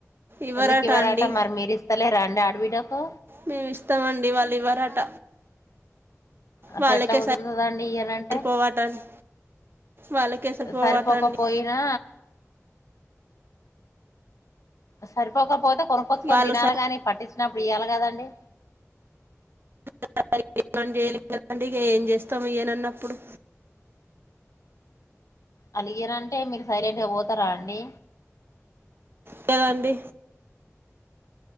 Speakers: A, on the right; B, on the left.
A: ఇవ్వరట
B: ఎందుకు ఇవరట
A: అండి
B: మరి మీరు ఇస్తలే రండి ఆడబిడ్డకు
A: మేం ఇస్తమండి వాళ్ళు ఇవ్వరట
B: అట్ట
A: వాళ్ళకే
B: ఎట్ల కుదిర్తద ఇయాలంటే
A: సరిపోవటండి వాళ్ళకే సరిపోవటండి
B: సరిపోకపోయినా సరిపోకపోతే కొన్నుకొచ్చి
A: వాళ్ళు
B: థీనాలీ గాని పట్టించినప్పు ప్రియాల కదండి
A: మం ఏం జేయలేం కదండి ఇగ ఏం చేస్తాము ఇయనన్నప్పుడు
B: అలిగర అంటే మీరు సైలెంట్గా పోతారా అండి
A: కదండీ